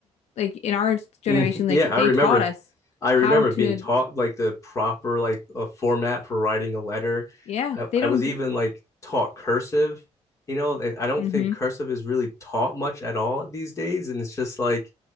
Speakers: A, on the left (about 75°); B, on the left (about 30°).
A: like in our generation,
B: Mhm.
A: like
B: Yeah, I
A: they
B: remember
A: taught us
B: I remember
A: how to,
B: being taught like the proper like uh, format for writing a letter.
A: yeah,
B: I,
A: they don't
B: I was
A: do,
B: even like taught cursive, you know, and I don't
A: hmm
B: think cursive is really taught much at all these days. And it's just like